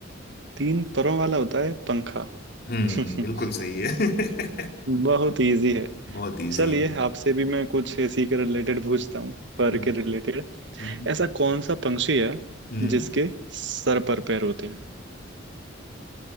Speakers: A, on the right; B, on the left.
A: तीन परों वाला होता है पंखा
B: हम्म
A: <laughs>
B: बिल्कुल सही है
A: बहुत इजी है
B: <laughs> बहुत इजी
A: चलिए
B: है
A: आपसे भी मैं कुछ इसी के रिलेटेड पूछता हूँ पर
B: हम्म
A: के रिलेटेड
B: हम्म
A: ऐसा कौन सा पंक्षी है
B: हम्म।
A: जिसके सर पर पैर होते हैं